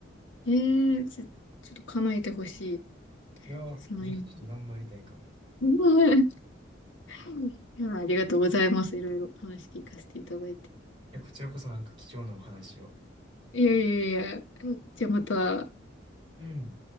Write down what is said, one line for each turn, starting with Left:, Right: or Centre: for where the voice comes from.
Left: ええち、ちょっと叶えてほしい。
Right: いやー、
Left: その夢。
Right: ぜひちょっと頑張りたいかも。
Left: うん <laughs> いや、ありがとうございます。いろいろ話聞かせていただいて。
Right: いや、こちらこそなんか貴重なお話を。
Left: いやいやいや。じゃあまた、
Right: うん。